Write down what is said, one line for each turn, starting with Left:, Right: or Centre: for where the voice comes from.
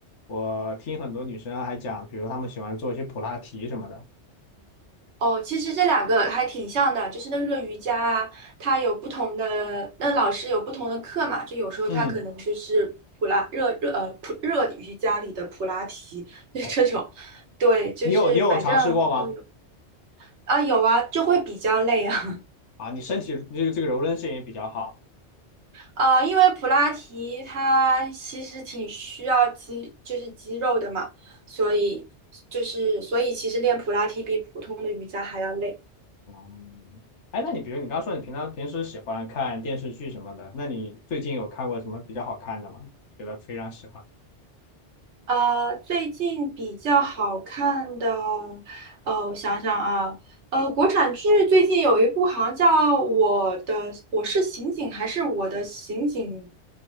Left: 我听很多女生还讲，比如她们喜欢做一些普拉提什么的。
Right: 哦，其实这两个还挺像的，就是那个瑜伽啊，它有不同的，那老师有不同的课嘛，就有时候他可能就是普拉热热呃普热瑜伽里的普拉提，
Left: 嗯，
Right: <laughs> 就这种，
Left: 好，
Right: 对，就是反正都有
Left: 你有你有尝试过吗？
Right: 啊有啊，就会比较累啊。
Left: 啊，你身体这个这个柔韧性也比较好。
Right: 呃，因为普拉提它其实挺需要肌，就是肌肉的嘛，所以就是所以其实练普拉提比普通的瑜伽还要累。
Left: 哦，哎，那你比如你刚刚说你平常平时喜欢看电视剧什么的，那你最近有看过什么比较好看的吗？觉得非常喜欢。
Right: 呃，最近比较好看的，呃，我想想啊，呃，国产剧最近有一部好像叫《我的我是刑警》还是《我的刑警》，